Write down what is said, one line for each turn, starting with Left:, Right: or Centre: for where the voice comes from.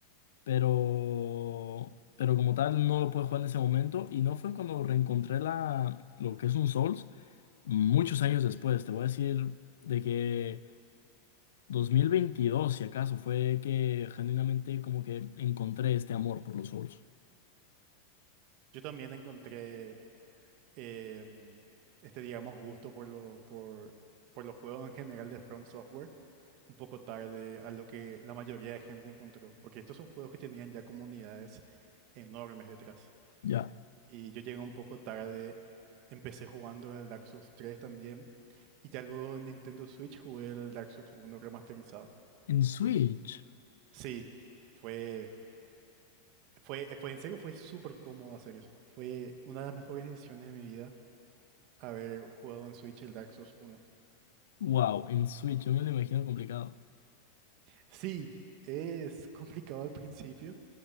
Left: pero, pero como tal no lo pude jugar en ese momento y no fue cuando reencontré la, lo que es un Souls, muchos años después, te voy a decir de que 2022 si acaso, fue que genuinamente como que encontré este amor por los Souls.
Right: Yo también encontré em, este, digamos, gusto por lo, por, por los juegos en general de From Software un poco tarde a lo que la mayoría de gente encontró, porque estos son juegos que tenían ya comunidades enormes detrás.
Left: Ya.
Right: Y yo llegué un poco tarde, empecé jugando el Dark Souls 3 también, y ya luego en Nintendo Switch jugué el Dark Souls 1 remasterizado.
Left: En Switch.
Right: Sí, fue, fue, fue en serio, fue súper cómodo hacer eso. Fue una de las mejores decisiones de mi vida haber jugado en Switch el Dark Souls uno.
Left: Wow, en Switch, yo me lo imagino complicado.
Right: Sí, es complicado al principio,